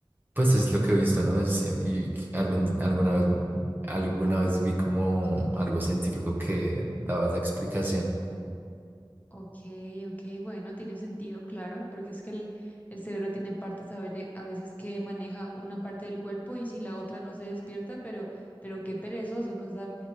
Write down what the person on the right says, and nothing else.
pues es lo que he visto, ¿no? Es- y algún, alguna vez, alguna vez vi como algo científico que daba esa explicación.